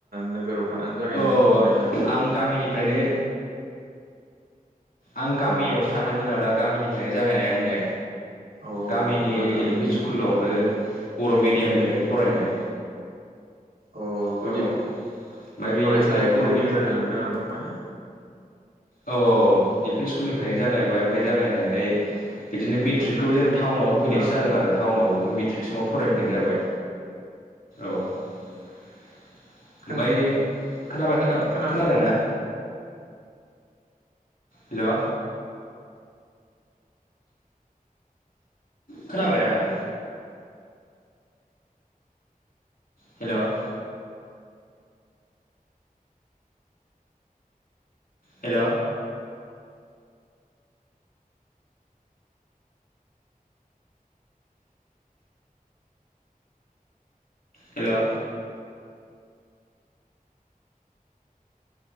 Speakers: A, on the right (about 80°); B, on the left (about 80°).
A: नोगोराव थानानै जागायनायमोन
B: औ औ
A: फंबायालाय
B: आं गामिनिफ्रायनो आं गामियावसो
A: अ
B: थाखायमोन आदा गामिनि ओरनो जागायनाय आंनिया
A: अ
B: गामिनि
A: अब्ला गामिनि
B: एल पि स्कुलावनो बर'
A: उम
B: मिडियामनिफ्रायनो फरायनाय
A: अ
B: औ
A: गुदि
B: ओमफ्राय बेनिफ्राय
A: फरायसालिनिफ्रायनो
B: बर' मिडियाम
A: जागायलांदो आर ना फबाय
B: औ औ एल पि स्कुलनि निफ्रायनो जागायबाय ओमफ्राय जागायनानै बिदिनो मेट्रिकखौ
A: दे दे
B: जों टाउनाव होफैनायसो
A: ओ
B: जादों
A: फंबाय
B: आरो टाउनाव मेट्रिक नाव फरायफैनाय जाबाय। औ। ओमफ्राय
A: खोना
B: खोनाबाय
A: खोना
B: खोनादोंना? हेल' खोनाबाय आदा? हेल'। हेल'। हेल'।